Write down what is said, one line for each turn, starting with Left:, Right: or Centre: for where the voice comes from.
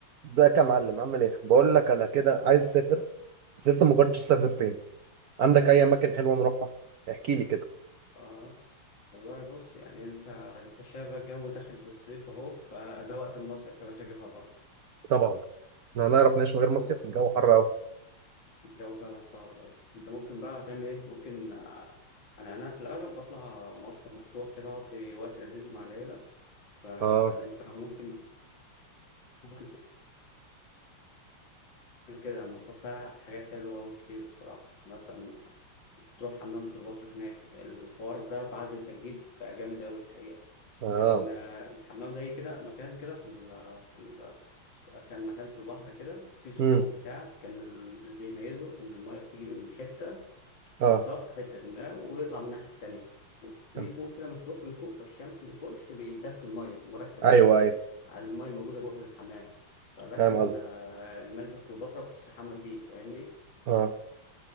Right: ازيك يا معلم عامل ايه بقول لك انا كده عايز اسافر بس لسه ما قررتش اسافر فين عندك اي اماكن حلوه نروحها احكي لي كده
Left: آه والله بص يعني انت انت شايف الجو داخل في الصيف اهو فده وقت المصيف يا باشا جه خلاص
Right: طبعا احنا هنعرف نعيش من غير مصيف
Left: ممكن
Right: الجو حر قوي
Left: الجو فعلا صعب أوي. انت ممكن بقى تعمل ايه ممكن آه، انا انا في الاغلب بطلع مرسى مطروح كده اقضي وقت لذيذ مع العيله فانت
Right: اه
Left: ممكن ممكن تعمل كده لما تروح فيها حاجات حلوه وكتير الصراحه يعني مثلا تروح حمام كليوباترا هناك الحوار ده بعد التجديد بقى جامد أوي الحقيقة
Right: اه
Left: كان آه، الحمام ده إيه كده مكان كده في ال في ال كان مكان في البحر كده في صخور
Right: امم
Left: بتاع كان ال- اللي بيميزه إن الماية بتيجي من حتة
Right: اه
Left: في الصخر حتة ما ويطلع من الناحية التانية وفي
Right: تمام.
Left: فوق كده مفتوح من فوق فالشمس بيخش بيدفي الماية مركز
Right: ايوه
Left: كده عليه
Right: ايوه
Left: على الماية الموجودة جوه في الحمام فده
Right: فاهم
Left: كان
Right: قصدي
Left: آه، الملكة كليوباترا بتستحمى فيه فاهمني
Right: اه